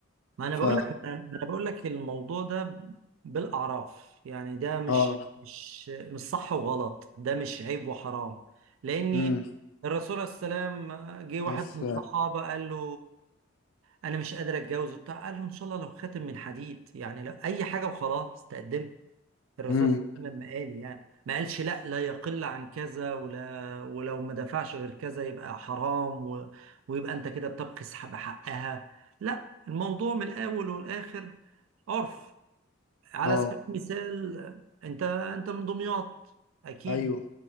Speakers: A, on the right; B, on the left.
A: ما انا
B: ف
A: بقول لك ما انا بقول لك الموضوع ده بالاعراف يعني ده مش
B: اه
A: مش مش صح وغلط ده مش عيب وحرام لاني
B: امم
A: الرسول عليه السلام جه واحد
B: بس
A: من الصحابه قال له انا مش قادر اتجوز وبتاع قال له ان شاء الله لو خاتم من حديد يعني لو اي حاجه وخلاص تقدمها الرسول
B: امم
A: صلى الله عليه وسلم لما قال يعني ما قالش لا لا يقل عن كذا ولا ولو ما دفعش غير كذا يبقى حرام و... ويبقى انت كده بتبخس ح- بحقها لا الموضوع من الاول والاخر عرف على
B: اه
A: سبيل المثال انت انت من دمياط اكيد
B: ايوه